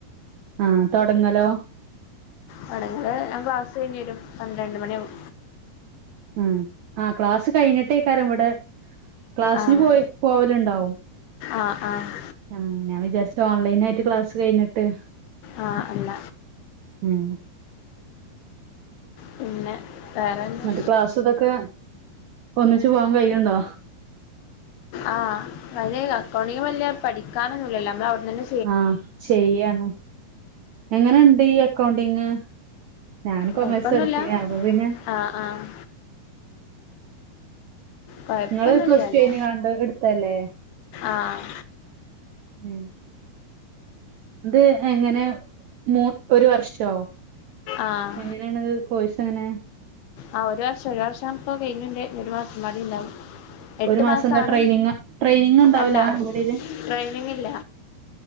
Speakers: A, on the right; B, on the left.
A: ആ തൊടങ്ങലോ
B: തൊടങ്ങലെ ഞാൻ ക്ലാസ് കഴിഞ്ഞ് വരും പന്ത്രണ്ട് മണി ആകും
A: ഉം ആ ക്ലാസ് കഴിഞ്ഞിട്ടേക്കാരം ഇവിടെ ക്ലാസിന്
B: ആഹ്
A: പോയി പോവലുണ്ടാവും
B: ആഹ് ആഹ്
A: ആഹ് ഞാൻ വിചാരിച്ചു ഓൺലൈനായിട്ട് ക്ലാസ് കഴിഞ്ഞിട്ട്
B: ആ അല്ല
A: ഉം
B: പിന്നെ വേറെന്താ
A: ന്നിട്ട് ക്ലാസ്സ് ഇതൊക്കെ ഒന്നിച്ച് പോവാൻ കഴിയുണ്ടോ
B: ആ ഐൻ അക്കൗണ്ടിങ് വലിയ പഠിക്കാനൊന്നുംല്ലല്ലോ നമ്മളവിടെ ന്നെന്നെ
A: ആഹ് ചെയ്യാണ് എങ്ങനെണ്ട് ഈ അക്കൗണ്ടിങ് ഞാന് കൊമേഴ്സ
B: കൊഴപ്പൊന്നുല്ല
A: എട്തീനി അപ്പൊ പിന്നെ
B: ആഹ് ആഹ് കൊഴപ്പൊന്നുല്ലല്ലോ
A: ങ്ങള് പ്ലസ് ടു കഴിഞ്ഞാണ്ട് ഇട്ത്തല്ലേ
B: ആഹ്
A: ഉം ഇത് എങ്ങനെ മു ഒരു വർഷോ
B: ആഹ്
A: എങ്ങനെയാണത് കോഴ്സ് എങ്ങനെ?
B: ആ ഒരു വർഷം ഒരു വർഷം പ്പം കഴിഞ്ന്റെ ഒരു മാസം മ്പാടി ഉണ്ടാവും എട്ട്
A: ഒരു മാസം
B: മാസാണ്
A: എന്താ ട്രെയിനിങ് ട്രെയിനിങ് ഉണ്ടാവുല
B: അല്ല
A: ഇവിടെയില്
B: ട്രെയിനിങ് ഇല്ല